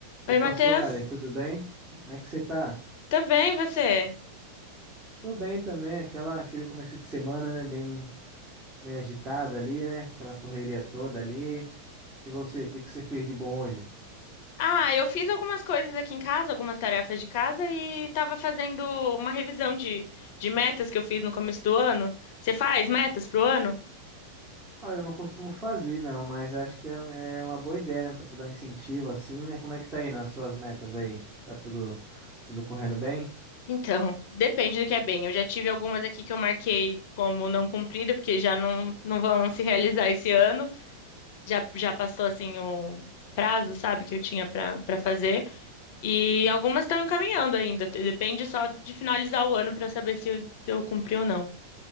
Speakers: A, on the right; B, on the left.
A: Opa,
B: Oi, Matheus.
A: Suelen, tudo bem? Como é que você tá?
B: Tudo bem, e você?
A: Tô bem também, aquela, aquele começo de semana, né, bem meio agitado ali, né, aquela correria toda ali. E você, o que que você fez de bom hoje?
B: Ah, eu fiz algumas coisas aqui em casa, algumas tarefas de casa e tava fazendo uma revisão de, de metas que eu fiz no começo do ano. Você faz metas pro ano?
A: Olha, eu não costumo fazer, não, mas eu acho que é, é uma boa ideia, né, pra dar um incentivo assim, né? Como é que tá aí nas suas metas aí? Tá tudo, tudo correndo bem?
B: Então, depende do que é bem. Eu já tive algumas aqui que eu marquei como não cumprida, porque já não, não vão se realizar esse ano. Já, já passou, assim, o prazo, sabe, que eu tinha pra para fazer. E algumas estão encaminhando ainda. Depende só de finalizar o ano pra eu saber se, se eu cumpri ou não.